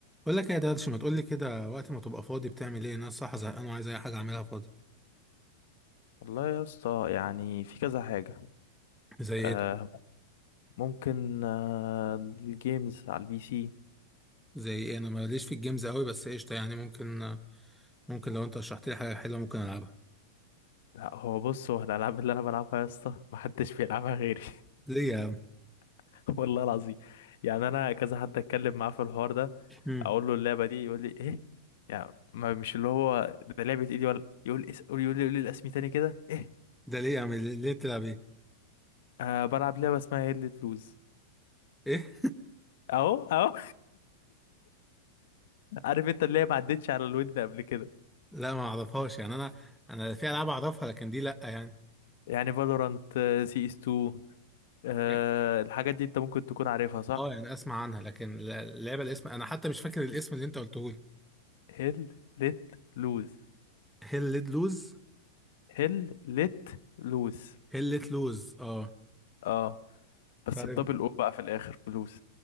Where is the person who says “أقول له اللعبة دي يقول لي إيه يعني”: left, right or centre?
Left